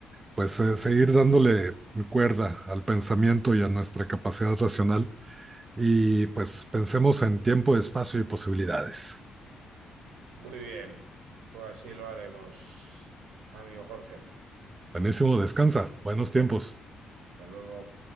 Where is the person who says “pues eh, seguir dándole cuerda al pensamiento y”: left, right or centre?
Right